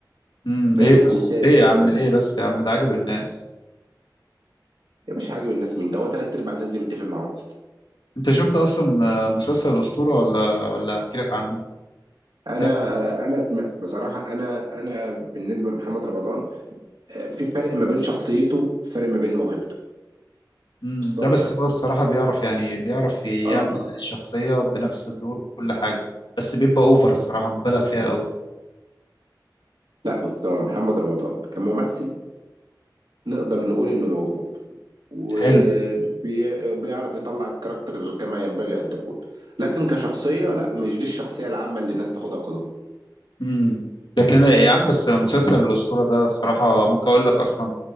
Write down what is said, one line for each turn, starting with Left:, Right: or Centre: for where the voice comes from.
Left: امم
Right: بايخ
Left: ليه بس
Right: وساذج
Left: ليه يا عم
Right: كمان
Left: ليه بس يا عم ده عاجب الناس
Right: يا باشا عاجب الناس مين ده هو تلات أرباع الناس دي متفق معاهم أصلا
Left: انت شفت اصلا آه، مسلسل الاسطوره ولا ولا احكي لك عنه
Right: أنا
Left: بتاع
Right: أنا اسم- بصراحة أنا أنا بالنسبة لمحمد رمضان آه، في فرق ما بين شخصيته فرق ما بين موهبته
Left: امم
Right: وصل
Left: ده بس
Right: لك؟
Left: هو الصراحة بيعرف يعني بيعرف يعمل
Right: آه
Left: الشخصية بنفس الدور بكل حاجة بس بيبقى اوفر الصراحة مبالغ فيها قوي
Right: لا بص هو محمد رمضان كممثل نقدر نقول إنه موهوب وبيعرف
Left: حلو
Right: يطلع الكاركتر كما ينبغي أن تكون لكن كشخصية لا مش دي الشخصية العامة اللي الناس تاخدها قدوة
Left: امم لكن يا عم بس مسلسل الأسطورة ده الصراحة ممكن أقول لك أصلا